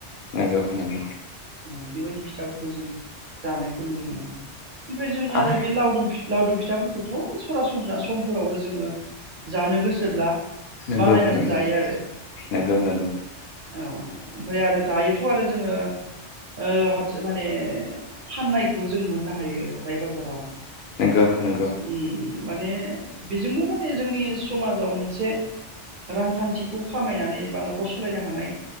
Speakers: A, on the left; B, on the right.
A: नोंंगौ नोंगौ
B: औ बेबायदि फिथाफोरखौ जों जानायखौ नुनो मोनो। ओमफ्राय जोङो
A: आ
B: आरो बे लावदुम लावदुम फि थाफोरखौथ' सरासनस्रा समफोरावबो जोङो जानो गोसोब्ला
A: नोंगौ
B: बानायनानै
A: नोंगौ
B: जायो आरो
A: नोंगौ नोंगौ
B: औ ओमफ्राय आरो दायोथ' आरो जोङो ओ हाथ माने फाननायखौबो जों मोननो हायो हाथाय बाजाराव
A: नोंगौ नोंगौ
B: उम माने बेजोंबो माने जोंनि समाजाव मोनसे रांखान्थिखौ खामायनानै बा न'खर सालायनो हानाय